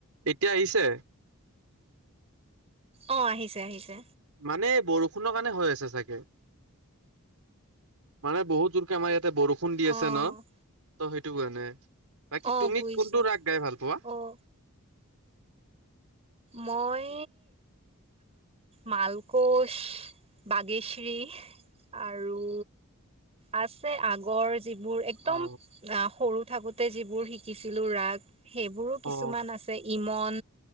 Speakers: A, on the right; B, on the right.
A: এতিয়া আহিছে
B: অ আহিছে আহিছে
A: মানে বৰষুণৰ কাৰণে হৈ আছে চাগে মানে বহুত জোৰকে আমাৰ ইয়াতে বৰষুণ দি আছে
B: অ',
A: ন ত সেইটো কাৰণে বাকী
B: অ',
A: তুমি
B: বুজিছো
A: কোনটো ৰাগ গাই ভাল পোৱা
B: অ'। মই মালকোচ বাগেশী আৰু আছে আগৰ যিবোৰ একদম
A: অ
B: আহ সৰু থাকোতে যিবোৰ শিকিছিলো ৰাগ সেইবোৰো কিছুমান
A: অ
B: আছে ইমন